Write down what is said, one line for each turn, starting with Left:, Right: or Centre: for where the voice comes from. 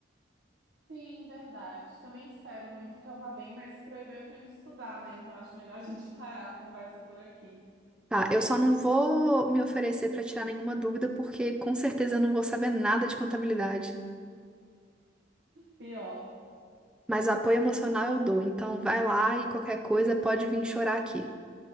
Right: Sim, verdade. Também espero muito que eu vá bem, mas para eu ir bem eu tenho que estudar, né? Então acho melhor a gente <laughs> parar a conversa por aqui.
Centre: Tá, eu só não vou me oferecer para tirar nenhuma dúvida, porque com certeza eu não vou saber nada de contabilidade.
Right: Pior.
Centre: Mas o apoio emocional eu dou, então vai lá e qualquer coisa pode vir chorar aqui.